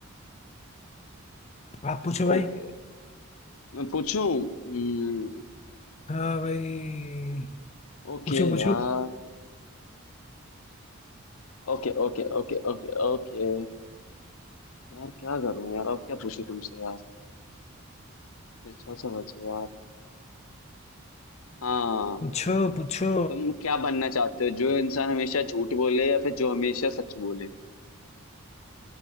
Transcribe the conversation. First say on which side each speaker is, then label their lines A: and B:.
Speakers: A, on the left; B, on the left.
A: आप पूछो भाई
B: ओके मैं पूछूं हम्म,
A: हाँ भाई
B: ओके
A: पूछो पूछो
B: यार Okay okay okay okay okay यार क्या करूं यार अब क्या पूछूं तुमसे यार अच्छा सा बचे यार हाँ
A: पूछो पूछो
B: तुम क्या बनना चाहते हो जो इंसान हमेशा झूठ बोले या फिर जो हमेशा सच बोले